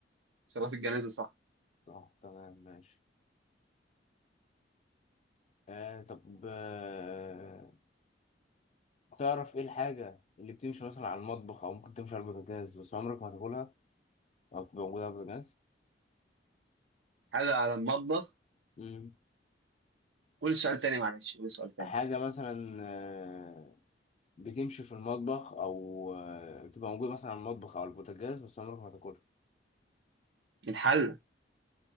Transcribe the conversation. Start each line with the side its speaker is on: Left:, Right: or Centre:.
Right: صلاه الجنازه صح
Left: اه تمام ماشي آه طب آه تعرف ايه الحاجة اللي بتمشي مثلا على المطبخ أو ممكن تمشي على البوتاجاز بس عمرك ما تاكلها أو تبقى موجودة على البوتاجاز
Right: حاجه على المطبخ
Left: مم.
Right: قول سؤال تاني معلش قول سؤال تاني
Left: حاجة مثلا آه بتمشي في المطبخ أو آه بتبقى موجودة مثلا على المطبخ أو على البوتاجاز بس عمرك ما تاكلها
Right: الحل